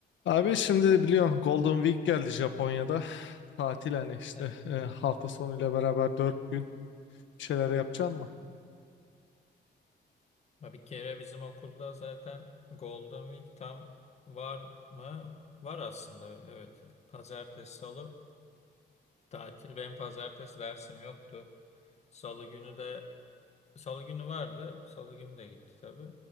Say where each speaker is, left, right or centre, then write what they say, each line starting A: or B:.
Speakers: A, on the left; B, on the left.
A: Abi şimdi biliyorsun Golden Week geldi Japonya'da. Tatil hani işte
B: Evet.
A: e, hafta sonuyla beraber 4 gün bir şeyler yapacaksın mı?
B: Ha, Bir kere bizim okulda zaten Golden Week tam var mı? Var aslında evet. Pazartesi, salı tatil. Benim pazartesi dersim yoktu. Salı günü de salı günü vardı. Salı günü de gitti tabii.